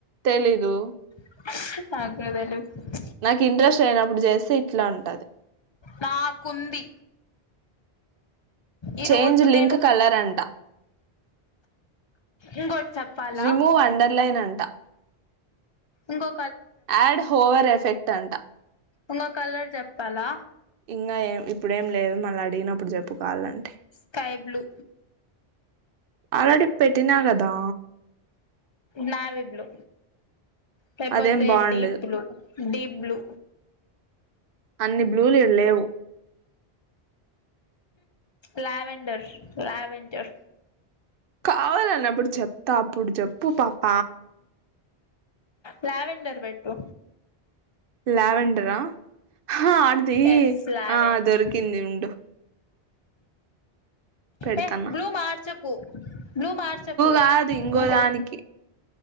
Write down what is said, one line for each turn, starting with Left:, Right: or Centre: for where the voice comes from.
Right: తెలీదు
Left: <unintelligible>
Right: నాకు ఇంట్రెస్ట్ అయినప్పుడు చేస్తే ఇట్లా ఉంటది
Left: నాకుంది ఈ
Right: చేంజ్
Left: రోజు
Right: లింక్
Left: నేను
Right: కలర్ అంట
Left: ఇంకోటి చెప్పాలా
Right: రిమూవ్ అండర్ లైన్ అంట
Left: ఇంకో
Right: ఆడ్ హోవర్ ఎఫెక్ట్ తంట
Left: ఇంగో కలర్ చెప్పాలా
Right: ఇంకా ఏం ఇప్పుడేం లేదు మళ్ళీ అడిగినప్పుడు చెప్పు కావాలంటే
Left: స్కై బ్లూ
Right: అరడి పెట్టిన కదా
Left: నావ ఇడ్లు లేకపోతే
Right: అదేం బాగుండదు
Left: డీప్ బ్లు డీప్ బ్లూ
Right: అన్ని బ్లూలు ఈడ్లేవ్
Left: లావెండర్ లావెండర్
Right: కావాలన్నప్పుడు చెప్తా అప్పుడు చెప్పు పాప
Left: లావెండర్ పెట్టు
Right: లావెండరా హా అంతి
Left: ఎస్ లావెండర్
Right: ఆ దొరకింది ఉండు పెడతాను
Left: ఏ బ్లూ మార్ట్ చెప్పు బ్లూ మార్చకు
Right: కాదు ఇంగో
Left: ఇంకొ
Right: దానికి